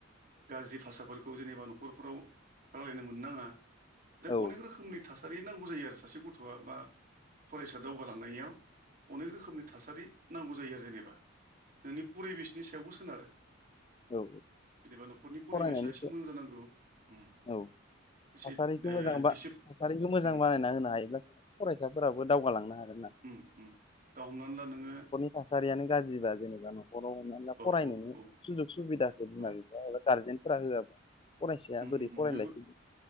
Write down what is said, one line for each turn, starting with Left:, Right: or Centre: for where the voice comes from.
Right: गाज्रि भाषाफोरखौ जेनेबा न'खरफोराव रायजलायनो मोन नाङा जेन
Left: औ
Right: अनेक रोखोमनि थासारि नांगौ जायो आरो सासे गथ'आ बा फरायसा दावगालांनायाव अनेक रोखोमनि थासारि नांगौ जायो आरो जेनेबा नोंनि परिबेसनि सायावबो सोनारो।
Left: औ
Right: जेनेबा न'खरनि परिबेसा
Left: फरायनायनि
Right: एसे मोजां जानांगौ उम
Left: सायाव औ
Right: एसे
Left: थासारिखौ
Right: ओ
Left: मोजां बा
Right: दिसिप
Left: थासारिखौ मोजां
Right: उम
Left: बानायना होनो हायोब्लासो फरायसाफोराबो दावगालांनो हागोन न <inaudible>
Right: उम उम दा हमनानै ला नोंङो
Left: थासारियानो गाज्रिबा जेनेबा न'खराव हमनानै
Right: औ
Left: फरायनोनो
Right: औ औ
Left: सुजुग सुबिदाखौ बिमा
Right: औ
Left: बिफाया एबा गारजेनफोरा होआबा फरायसाया
Right: उम
Left: बोरै
Right: उम उम
Left: फरायलायगोन
Right: बेबो